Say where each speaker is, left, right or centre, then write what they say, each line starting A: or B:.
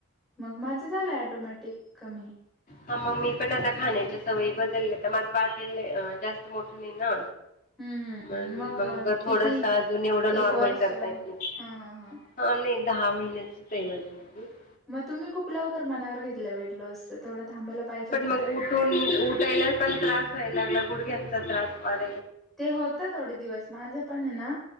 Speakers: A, in the centre; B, on the left.
A: मग माझं झालं ऑटोमॅटिक कमी
B: ह मग मी पण आता खाण्याच सवय बदलले तर माझं बाळ लई जास्त मोठ नाही ना.
A: हम्म
B: म्हणून
A: हम्म.
B: मग थोडस
A: किती
B: अजून एवढं
A: एक
B: नॉर्मल
A: वर्ष
B: करतायेत
A: हा
B: ह
A: हा हा
B: नाही. दहा महिन्याची माझी मुलगी. <inaudible>
A: मग तुम्ही खूप लवकर मनावर घेतलं वेटलोस थोडं थांबायला पाहिजे
B: पण
A: होतं.
B: मग उठून उठायला पण त्रास व्हायला लागला गुडघ्यांचा त्रास वाच
A: ते होत थोडे दिवस माझ्यापण ना